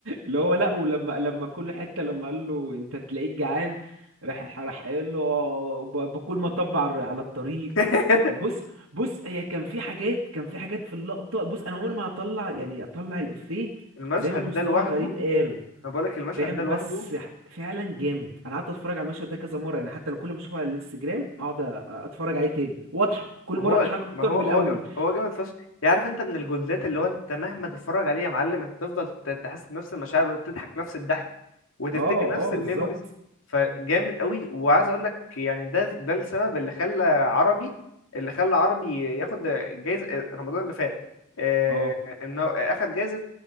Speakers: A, on the right (about 75°); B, on the left (about 70°).
A: اللي هو لا ولما لما كل حته لما قال له انت تلاقيك جعان راح راح قايل له آه، ب- باكل ما طب على على الطريق
B: <laughs>
A: وبص بص هي كان في حاجات كان في حاجات في اللقطه بص انا عمري ما هطلع يعني اطلع الافيه
B: المشهد
A: زي ما مصطفى
B: ده لوحده
A: غريب قاله
B: انا بقول لك المشهد
A: فاهم
B: ده لوحده
A: بس ح- فعلا جامد انا قعدت اتفرج على المشهد ده كذا مره يعني حتى انا كل ما اشوفه على الانستجرام اقعد أ- اتفرج عليه تاني واضحك كل
B: هو
A: مره اضحك اكتر
B: ما هو
A: من الاول
B: هو جا- هو جامد فشخ يعني عارف انت من الجولدات اللي هو انت مهما تتفرج عليه يا معلم انت تفضل ت- تحس بنفس المشاعر وتضحك نفس الضحك وتفتكر
A: اه
B: نفس
A: اه
B: الميموريز
A: بالظبط
B: فجامد قوي وعايز اقول لك يعني ده ده السبب اللي خلى عربي اللي خلى عربي ياخد جايزة آه، رمضان اللي فات آه،
A: اه
B: انه اخد جايزة